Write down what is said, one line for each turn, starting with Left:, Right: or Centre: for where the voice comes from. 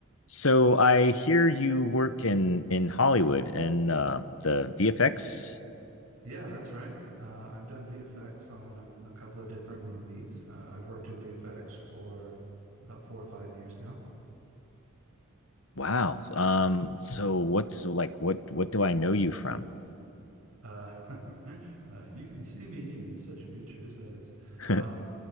Left: So I hear you work in in Hollywood and uh the VFX.
Right: Yeah, that's right. Uh, I've done VFX on a couple of different movies. Uh, I've worked in VFX for about four or five years now.
Left: Wow. Um so what's like what what do I know you from?
Right: Uh, <laughs> uh, you can see me in such features as
Left: <laughs>
Right: um,